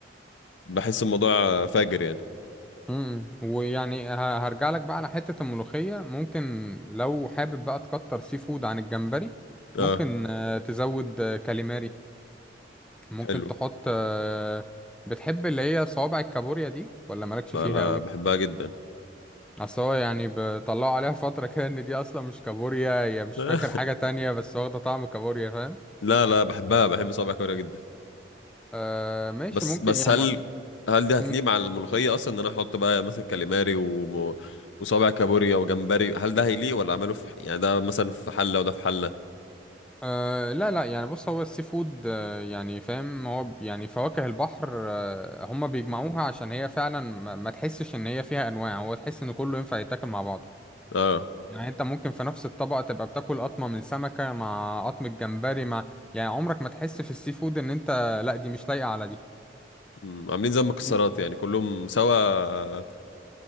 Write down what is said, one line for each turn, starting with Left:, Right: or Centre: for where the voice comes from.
Left: بحس الموضوع فاجر يعني
Centre: امم ويعني هرجع لك بقى على حتة الملوخية ممكن لو حابب بقى تكتر سي فود عن الجمبري
Left: اه
Centre: ممكن آه، تزود آه، كاليماري ممكن
Left: حلو
Centre: تحط آه، بتحب اللي هي صوابع الكابوريا دي ولا مالكش
Left: لا
Centre: فيها
Left: لا
Centre: قوي
Left: بحبها جدا
Centre: اصل هو يعني بيطلعوا عليها فترة <laughs> كده ان دي اصلا مش كابوريا هي مش
Left: <laughs>
Centre: فاكر حاجة تانية بس واخدة طعم الكابوريا فاهم
Left: لا لا بحبها بحب صوابع كوريا جدا
Centre: آه ماشي
Left: بس
Centre: ممكن
Left: بس
Centre: يعني
Left: هل
Centre: م...
Left: هل دي هتليق
Centre: م-
Left: مع الملوخية اصلا ان انا احط بقى مثلا كاليماري وم... وصابع كابوريا وجمبري هل ده هيليق ولا اعمله في ح- يعني ده مثلا في حلة وده في حلة
Centre: آه لا لا يعني بص هو السي فود آه يعني فاهم هو ب- يعني فواكه البحر آه هما بيجمعوها عشان هي فعلا ما, ما تحسش ان هي فيها انواع هو تحس ان كله ينفع يتاكل مع بعض
Left: اه
Centre: يعني انت ممكن في نفس الطبق تبقى بتاكل قطمة من سمكة مع قطمة جمبري مع يعني عمرك ما تحس في السي فود ان انت لا دي مش لايقة على دي
Left: أمم، عاملين زي المكسرات
Centre: يب.
Left: يعني كلهم سوا